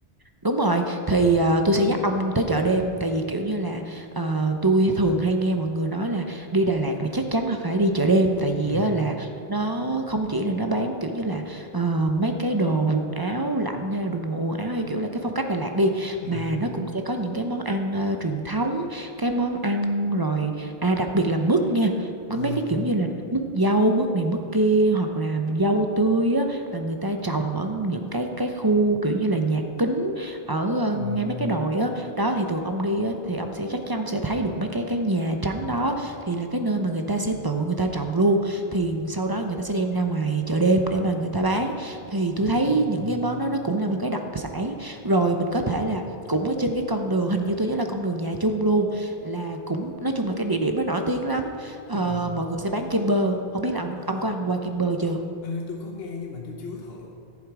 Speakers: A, on the right; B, on the left.
A: Đúng rồi, thì ờ, tôi sẽ dắt ông tới chợ đêm tại vì kiểu như là ờ, tôi thường hay nghe mọi người nói là đi Đà Lạt là chắc chắn là phải đi chợ đêm tại
B: ừ
A: vì á, là nó không chỉ là nó bán kiểu như là ờ, mấy cái đồ quần áo lạnh hay là đồ quần áo hay kiểu là cái phong cách Đà Lạt đi
B: ừ
A: mà nó cũng sẽ có những cái món ăn ờ, truyền thống, cái món ăn rồi à đặc biệt là mứt nha. Có
B: ờ
A: mấy cái kiểu như là mứt dâu, mứt này mứt kia hoặc là dâu tươi á mà người ta trồng ở những cái cái khu kiểu như là nhà kính ở ờ,
B: Ừ,
A: ngay mấy cái đồi á đó thì tụi ông đi á thì ông sẽ chắc chắn ông sẽ thấy được mấy cái cái nhà trắng đó thì là cái nơi mà người ta sẽ tự người ta trồng luôn thì sau đó người ta sẽ đem ra ngoài chợ đêm để mà người ta bán thì
B: ờ
A: tôi thấy những cái món đó nó cũng là một cái đặc sản rồi mình có thể là cũng ở trên cái con đường hình như tôi nhớ là con đường nhà chung luôn là cũng nói chung là cái địa điểm nó nổi tiếng lắm Ờ,
B: ừ.
A: mọi người sẽ bán kem bơ không biết là ông
B: ờ
A: ông có ăn qua kem bơ chưa
B: Ê, tôi có nghe nhưng mà tôi chưa thử.